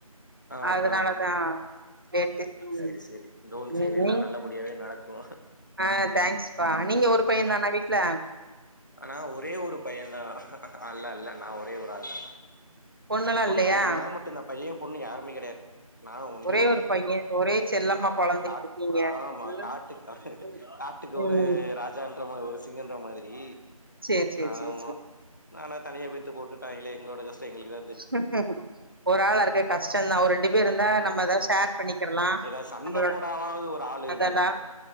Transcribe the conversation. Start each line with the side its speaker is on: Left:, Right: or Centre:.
Left: ஆ
Right: அதனால
Left: ஆ
Right: தா லேட்டு ம்
Left: செரி செரி டோன்ட் ஃபீல்
Right: ம்
Left: எல்லா
Right: நீங்
Left: நல்லபடியாவே நடக்கு
Right: ஆ தேங்க்ஸ்ப்பா நீங்க ஒரு பையந்தாணா வீட்ல
Left: ஆனா ஒரே ஒரு பையந்தா அல்ல அல்ல நா ஒரே ஒரு ஆள்தா
Right: பொண்ணெல்லா
Left: பொண்ணு
Right: இல்லயா
Left: யாரு இல்ல நா மட்டுந்தா பைய பொண்ணு யாருமே கெடயாது நா ஒன்லி
Right: ஒரே
Left: ஒன்
Right: ஒரு பைய ஒரே செல்லமா
Left: ஆமா
Right: பொழந்துகிட்டு
Left: கா
Right: இருக்கீங்க
Left: ஆம்மா
Right: ம்
Left: காட்டுக் கா
Right: ம்
Left: கா ட்டுக்கு ஒரு
Right: ம்
Left: ராஜன்ற மாரி ஒரு சிங்கன்ற மாதிரி
Right: சேரி சேரி
Left: ஆமா
Right: சேரி சேரி
Left: நானா தனியா பெத்து போட்டுட்டாய்ங்ளே எங்ளோட கஷ்டோ எங்ளுக்குதா
Right: ஹிம் ஹி ஹும் ஒரு ஆளா இருக்க கஷ்டந்தா ஒரு ரெண்டு பேர் இருந்தா
Left: ஆ
Right: நம்ம எதாது ஷேர் பண்ணிக்கிர்லா
Left: ஏதாவது சண்ட
Right: நம்மளோட
Left: போடாவாவது ஒரு ஆள் இருக்கு
Right: அதெல்லா